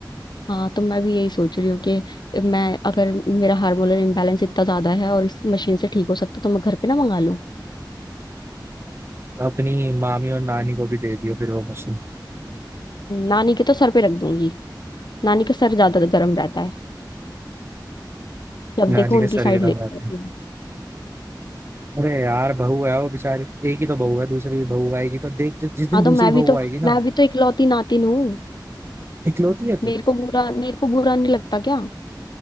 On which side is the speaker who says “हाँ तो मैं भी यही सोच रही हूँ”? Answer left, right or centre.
Left